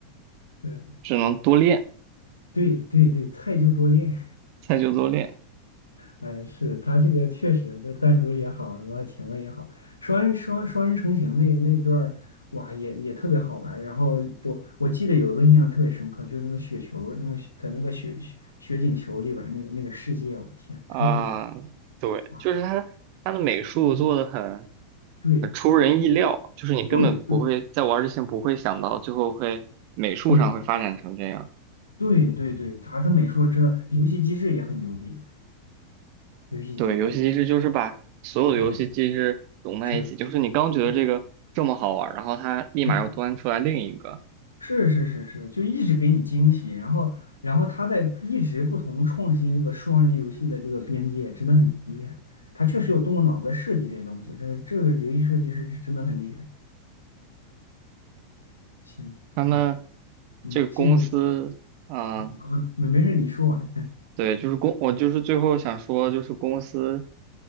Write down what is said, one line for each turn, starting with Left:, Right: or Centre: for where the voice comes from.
Left: 对
Right: 只能多练，
Left: 对对对，菜就多练。
Right: 菜就多练
Left: 哎，是他这个确实的弹珠也好，完了前面也好，双人双双人成行那那段儿，哇，也也特别好玩儿。然后我我记得有一个印象特别深刻，就是那个雪球儿那个雪在那个雪雪雪景球里边儿那个那个世界，我天，
Right: 啊。
Left: 太厉害了
Right: 对，
Left: 哇，
Right: 就是他他的美术做的很
Left: 对
Right: 很出人意料，就是你根本不会在玩儿之前不会想到最后会美术上会发展成这样。
Left: 对对对对对对，他的美术真的，游戏机制也很牛逼，游戏机制
Right: 对，游戏机制就是把所有的游戏机制融在一起，
Left: 啊，是
Right: 就是你刚觉得这个这么好玩儿，
Left: 是。
Right: 然后它立马又端出来另一个。
Left: 是是是是是，就一直给你惊喜，然后然后他在一直不同创新这个双人游戏的这个边界，真的很厉害。他确实有动过脑子设计这些东西，这这个游戏设计师真的很厉害。行，
Right: 他们
Left: 哎，嗯，
Right: 这个公司，
Left: 谢谢你，
Right: 嗯、
Left: 嗯，嗯没没事，你说完，
Right: 对，就是公，我就是最后想说，就是公司